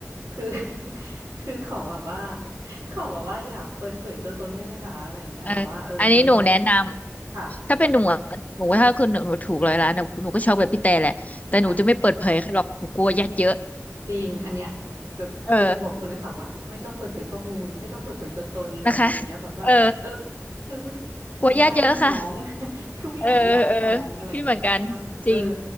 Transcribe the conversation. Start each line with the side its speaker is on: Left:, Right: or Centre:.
Right: คือ <laughs> คือขอแบบว่าขอแบบว่าอย่าเปิดเผยตัวตนได้ไหมคะอะไรอย่างเงี้ยแบบว่าเออมันลอย
Left: เอออันนี้หนูแนะนำถ้าเป็นหนูอะหนูว่าถ้าคือหนูหนูถูกร้อยล้านหนูหนูก็ชอบแบบพี่แต่แหละแต่หนูจะไม่เปิดเผยใครหรอกหนูกลัวญาติเยอะ
Right: ค่ะ จริงอันเนี้ยแบบคือจะบอกคุณนะคะว่าไม่ต้องเปิดเผยข้อมูลไม่ต้องเปิดเผยตัวตนหรืออะไรอย่างเงี้ยแบบว่าเออ
Left: เออนะคะเออ
Right: คือไม่อยากมีญาติพี่น้อง
Left: กลัวญาติเยอะค่ะ
Right: <laughs> คือไม่อยากมีญาติพี่น้องอะไรอย่างเงี้ยค่ะก็แบบเออ
Left: เออเออพี่เหมือนกันจริง